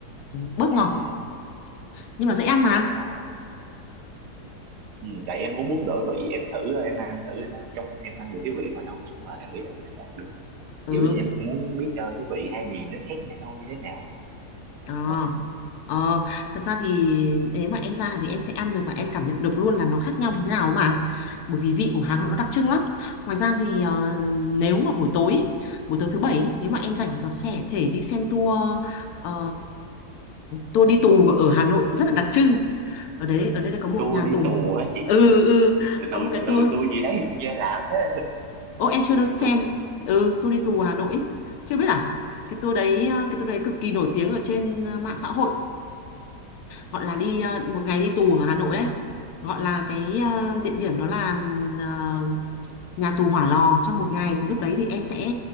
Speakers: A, on the left; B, on the right.
A: bớt ngọt
B: à
A: nhưng mà dễ ăn mà
B: dạ ờ. ừ. tại em cũng muốn đổi vị em thử em ăn thử nó trong em ăn được cái vị ngoài không nhưng mà em nghĩ là chắc sẽ ăn được
A: ừ
B: chỉ là em muốn biết ờ, cái vị hai miền nó khác nhau như thế nào
A: ờ
B: đấy.
A: ờ thật
B: Ờ.
A: ra thì nếu mà em ra thì em sẽ ăn được và em cảm nhận được luôn là nó khác nhau như thế nào mà bởi vì vị của Hà Nội nó đặc trưng lắm ngoài ra thì ờ, nếu mà buổi tối ý, buổi tối thứ bảy ý, nếu mà em rảnh thì có sẽ thể đi xem tour ờ, tour đi tù ở Hà Nội rất là đặc trưng ở đấy ở đây là có một
B: Tua
A: nhà
B: đi
A: tù
B: tù hả chị
A: ừ ừ
B: từ
A: có
B: từ
A: một
B: từ
A: cái
B: từ
A: tour
B: tua gì đấy <laughs> nghe lạ thế
A: ô
B: <laughs>
A: em chưa
B: tua
A: được
B: đi
A: xem
B: tù hả chị
A: ừ tour đi tù Hà Nội ấy. chưa biết à
B: Ờ,
A: cái tour đấy
B: chưa
A: ờ, cái tour đấy
B: chưa
A: cực
B: chưa
A: kỳ
B: chưa
A: nổi tiếng ở trên ờ, mạng xã hội gọi
B: Ờ.
A: là đi
B: ok.
A: ờ, một ngày đi tù ở Hà Nội đấy gọi là cái ờ, địa điểm đó là ờ, nhà tù hỏa lò trong một ngày thì lúc đấy thì em sẽ